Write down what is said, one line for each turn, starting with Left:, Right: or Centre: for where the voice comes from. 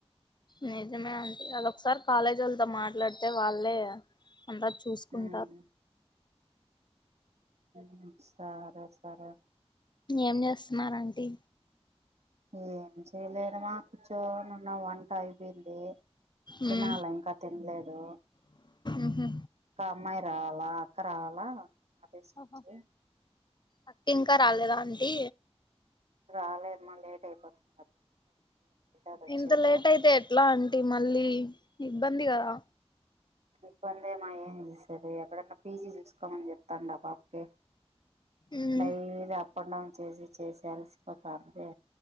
Left: నిజమే అంటి అది ఒకసారి కాలేజీ వాళ్లతో మాట్లాడితే వాళ్ళే అంత చూసుకుంటారు
Right: మ్మ్ మ్ సరే సరే
Left: ఏం చేస్తున్నారు అంటీ
Right: ఏం చేయలేదు మా కూర్చోను న వంట అయిపోయింది తినాలే
Left: ఉమ్
Right: ఇంకా తినలేదు
Left: ఉహు
Right: అక్క అమ్మాయి రావాలా అక్క రావాలా ఆఫీస్ నుంచి
Left: ఓహో అక్క ఇంకా రాలేదా అంటీ
Right: రాలేమ లేట్ అయిపోతుంది అది వచ్చేది
Left: ఇంత లేట్ అయితే ఎట్లా అంటీ మళ్ళీ ఇబ్బంది కదా
Right: ఇబ్బందే మా ఏం చేసారు ఎక్కడన్నా పీజీ చూసుకోమని చెప్తాండా పాపకి
Left: ఉమ్
Right: డైలీ అప్ అండ్ డౌన్ చేసి చేసి అలసిపోతాంది